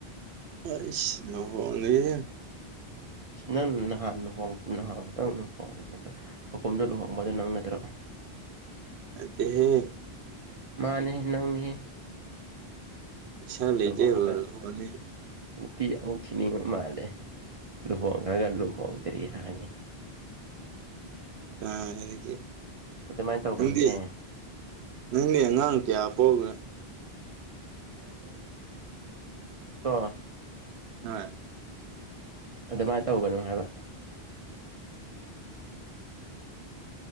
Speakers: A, on the right (about 85°); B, on the right (about 40°).
A: ꯍꯥꯏꯁ ꯂꯨꯍꯣꯡꯒ꯭ꯔꯦꯍꯦ
B: ꯅꯪ ꯅꯍꯥꯟ ꯂꯨꯍꯣꯡ ꯅꯍꯥꯟꯈꯤꯇꯡ ꯂꯨꯍꯣꯡꯈ꯭ꯔꯒ ꯍꯀꯨꯝꯗ ꯂꯨꯍꯣꯡꯕꯗꯣ ꯅꯪ ꯅꯠꯇ꯭ꯔꯣ
A: ꯅꯠꯇꯦꯍꯦ
B: ꯃꯥꯅꯤꯍꯦ ꯅꯪꯅꯤꯍꯦ
A: ꯄꯩꯁꯥ ꯂꯩꯇꯦ
B: ꯂꯨꯍꯣꯡꯒ꯭ꯔꯅꯤ
A: ꯂꯨꯍꯣꯡꯉꯅꯤ
B: ꯅꯨꯄꯤ ꯑꯃꯨꯛ ꯊꯤꯅꯤꯡꯉ ꯃꯥꯜꯂꯦ ꯂꯨꯍꯣꯡꯈ꯭ꯔꯒ ꯂꯨꯍꯣꯡꯗ꯭ꯔꯤ ꯍꯥꯏꯅꯦ
A: ꯑ ꯂꯥꯏꯔꯤꯛꯀꯤ
B: ꯑꯗꯨꯃꯥꯏꯅ ꯇꯧꯒꯅꯨꯅꯦ
A: ꯅꯪꯗꯤ ꯅꯪꯒꯤ ꯑꯉꯥꯡ ꯀꯌꯥ ꯄꯣꯛꯒꯦ <inaudible>
B: ꯀꯣ
A: ꯍꯣꯏ
B: ꯑꯗꯨꯃꯥꯏ ꯇꯧꯒꯅꯨ ꯍꯥꯏꯕ